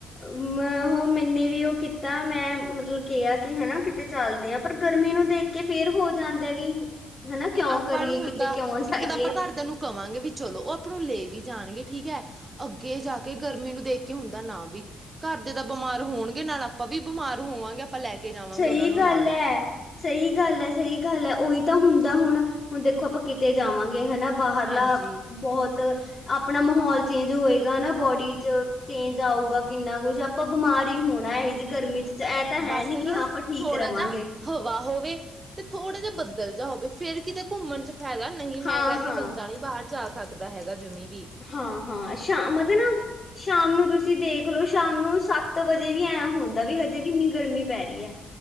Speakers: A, on the left (about 40°); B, on the right (about 25°).
A: ਮੈਂ ਹੋ ਮੈਨੇ ਵੀ ਉਹ ਕੀਤਾ, ਮੈਂ ਮਤਲਬ ਕਿਹਾ ਕਿ ਹਨਾ ਕਿਤੇ ਚਲਦੇ ਆ। ਪਰ ਗਰਮੀ ਨੂੰ ਦੇਖ ਕੇ ਫੇਰ ਹੋ ਜਾਂਦਾ ਵੀ, ਹਨਾ ਕਿਉਂ
B: ਆਪਾਂ
A: ਕਰੀਏ,
B: ਨੂੰ ਹੁੰਦਾ
A: ਕਿਤੇ ਕਿਉਂ ਜਾਈਏ।
B: ਇੱਕ ਤਾਂ ਆਪਾਂ ਘਰਦਿਆਂ ਨੂੰ ਕਵਾਂਗੇ ਵੀ ਚਲੋ, ਉਹ ਆਪਾਂ ਨੂੰ ਲੇ ਵੀ ਜਾਣਗੇ ਠੀਕ ਐ ਅੱਗੇ ਜਾ ਕੇ ਗਰਮੀ ਨੂੰ ਦੇਖ ਕੇ ਹੁੰਦਾ, ਨਾ ਬੀ ਘਰ ਦੇ ਤਾਂ ਬਿਮਾਰ ਹੋਣਗੇ, ਨਾਲ ਆਪਾਂ ਵੀ ਬਿਮਾਰ ਹੋਵਾਂਗੇ। ਆਪਾਂ ਲੈ ਕੇ ਜਾਵਾਂਗੇ
A: ਸਹੀ
B: ਉਹਨਾਂ ਨੂੰ
A: ਗੱਲ
B: ਨਾਲ
A: ਐ। ਸਹੀ ਗੱਲ ਐ, ਸਹੀ ਗੱਲ ਐ। ਉਹੀ ਤਾਂ ਹੁੰਦਾ ਹੁਣ-ਹੁਣ ਦੇਖੋ ਆਪਾਂ ਕਿਤੇ ਜਾਵਾਂਗੇ, ਹਨਾ ਬਾਹਰਲਾ
B: ਹਾਂਜੀ।
A: ਬਹੁਤ ਆਪਣਾ ਮਾਹੌਲ ਚੇਂਜ ਹੋਏਗਾ ਨਾ, ਬੋਡੀ'ਚ ਚੇਂਜ ਆਊਗਾ, ਕਿੰਨਾ ਕੁੱਛ। ਆਪਾਂ ਬਿਮਾਰ ਈ ਹੋਣਾ ਇਹ ਜੀ ਗਰਮੀ 'ਚ। ਐਹ ਤਾਂ
B: ਬਸ
A: ਹੈ ਨੀ ਕਿ
B: ਨਾ
A: ਹਾਂ, ਆਪਾਂ ਠੀਕ
B: ਥੋੜਾ
A: ਰਵਾਂਗੇ।
B: ਜਾ ਹਵਾ ਹੋਵੇ ਤੇ ਥੋੜ੍ਹਾ ਜਿਹਾ ਬੱਦਲ ਜਾ ਹੋਵੇ, ਫੇਰ ਕਿਤੇ ਘੁੰਮਣ 'ਚ ਫਾਇਦਾ ਤੇ ਨੀ, ਮੈਂ
A: ਹਾਂ
B: ਕਹਿ ਰਹੀ
A: ਹਾਂ
B: ਆ, ਬੰਦਾ ਨੀ ਬਾਹਰ ਜਾ ਸਕਦਾ ਹੈਗਾ, ਜਮੀਂ ਵੀ।
A: ਹਾਂ-ਹਾਂ, ਸ਼ਾਮ ਮਤਲਬ ਸ਼ਾਮ ਨੂੰ ਤੁਸੀਂ ਦੇਖ ਲੋ, ਸ਼ਾਮ ਨੂੰ ਸੱਤ ਵਜੇ ਵੀ ਐਂ ਹੁੰਦਾ ਵੀ, ਹਜੇ ਵੀ ਇੰਨੀ ਗਰਮੀ ਪੈ ਰਹੀ ਐ।